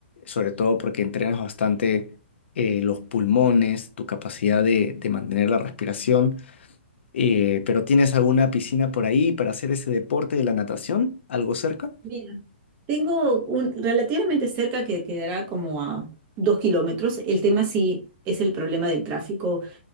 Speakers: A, on the left; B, on the right.
A: sobre todo porque entrenas bastante eh, los pulmones, tu capacidad de, de mantener la respiración. Eh, pero ¿tienes alguna piscina por ahí para hacer ese deporte de la natación? ¿Algo cerca?
B: Mira, tengo un relativamente cerca que quedará como a dos kilómetros. El tema sí es el problema del tráfico.